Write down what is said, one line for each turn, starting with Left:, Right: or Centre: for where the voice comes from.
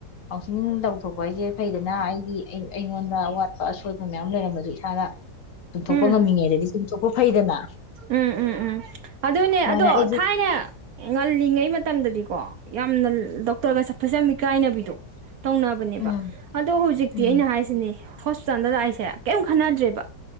Left: ꯀꯥꯎꯟꯁꯤꯂꯤꯡ ꯇꯧꯊꯣꯛꯄ ꯍꯥꯏꯁꯦ ꯐꯩꯗꯅ ꯑꯩ ꯑꯩ ꯑꯩꯉꯣꯟꯗ ꯑꯋꯥꯠꯄ ꯑꯁꯣꯏꯕ ꯃꯌꯥꯝ ꯂꯩꯔꯝꯃꯁꯨ ꯏꯁꯥꯅ ꯆꯨꯝꯊꯣꯛꯄ
Right: ꯎꯝ
Left: ꯉꯝꯃꯤꯉꯩꯗꯗꯤ ꯆꯨꯝꯊꯣꯛꯄ ꯐꯩꯗꯅ
Right: ꯎꯝ -ꯎꯝ ꯑꯗꯨꯅꯦ
Left: ꯁꯨꯃꯥꯏꯅ
Right: ꯑꯗꯣ
Left: ꯑꯩꯁꯨ
Right: ꯊꯥꯏꯅ ꯉꯜꯂꯤꯉꯩ ꯃꯇꯝꯗꯗꯤꯀꯣ ꯌꯥꯝꯅ ꯗꯣꯛꯇꯔꯒ ꯆꯠꯄꯖꯦ ꯌꯥꯝ ꯏꯀꯥꯏꯅꯕꯤꯗꯣ ꯇꯧꯅꯕꯅꯦꯕ
Left: ꯎꯝ
Right: ꯑꯗꯣ ꯍꯧꯖꯤꯛꯇꯤ
Left: ꯎꯝ
Right: ꯑꯩꯅ ꯍꯥꯏꯁꯤꯅꯦ ꯍꯣꯁꯄꯤꯇꯥꯜꯗ ꯂꯥꯛ ꯑꯩꯁꯦ ꯀꯩꯝ ꯈꯟꯅꯗ꯭ꯔꯦꯕ